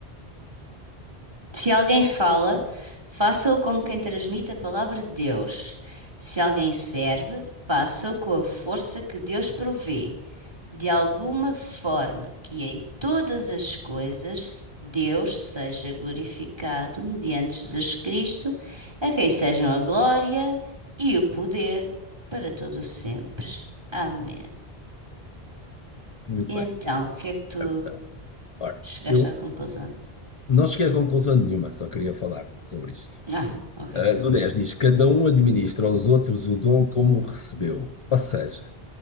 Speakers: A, on the right; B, on the left.
A: Se alguém fala, faça-o como quem transmite a palavra de Deus. Se alguém serve, faça-o com a força que Deus provê, de alguma forma que em todas as coisas Deus seja glorificado mediante Jesus Cristo, a quem sejam a glória e o poder para todo o sempre. Amém.
B: Muito
A: E
B: bem.
A: então, o que é que tu
B: Então, ora,
A: chegaste
B: eu
A: à conclusão?
B: não cheguei a conclusão nenhuma, só queria falar sobre isto.
A: Ah, ok,
B: Uh,
A: ok.
B: no 10 diz: Cada um administra aos outros o dom como o recebeu. Ou seja,